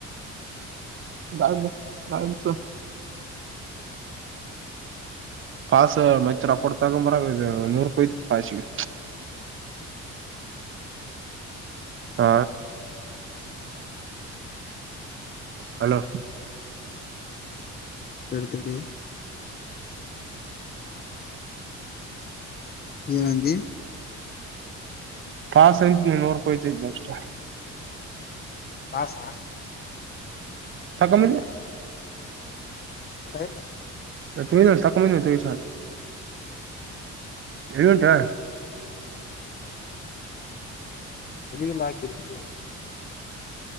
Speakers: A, on the right (about 45°); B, on the left (about 35°).
A: ಗಾಳಿ ಬಾಸು ಗಾಲಿ ಬಾಸು ಪಾಸ್ ಮಚರ ಕೊಡ್ ತಗೊಂಬರ ನೂರುೂಪಾಯಿ ಐತಿ ಪಾಸ್ಿಗೆ ಹ ಹಲೋ
B: ಎಡುತಡಿ
A: ಹ್ಮ್
B: ಏನಂದಿ
A: ಪಾಸ ಐತ ನೀ ನೂರು ರೂಪಾಯತೈನಿ ಎಕ್ಸ್ಟ್ರಾ
B: ಪಾಸಾ ಹ
A: ತಕೊಂಬಂದಿ
B: ಹಾ ಐತೆ ಅಲ್ಲ
A: ಹೇ ತೇಮೆದ ತಾಕೊಬಡೆದ ತಾಗಿಸ ರಿಸಲ್ಟ್ ಹಾ
B: ಎಲಿಗೆಲ್ಲ ಹಗ್ತಿರ್ತ